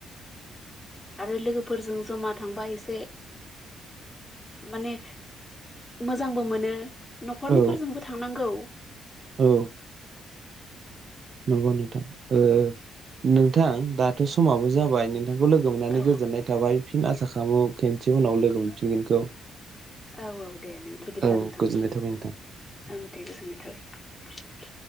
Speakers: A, on the left; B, on the right.
A: आरो लोगोफोरजों जमा थांबा एसे माने मोजांबो मोनो। नखरनिफोरजोंबो
B: औ
A: थांनांगौ।
B: औ नंगौ नोंथां ओ नोंथां दाथ समाबो जाबाय नों नोंखौ लोगो मोननानै
A: औ
B: गोजोननाय थाबाय फिन आसा खालामो खेनसे उनाव लोगो मोनफिनगोनखौ।
A: औ औ दे नों बिदिब्ला
B: औ
A: नोंथां,
B: गोजोननाय थाबाय नोंथां
A: ओं दे गोजोननाय थाबाय।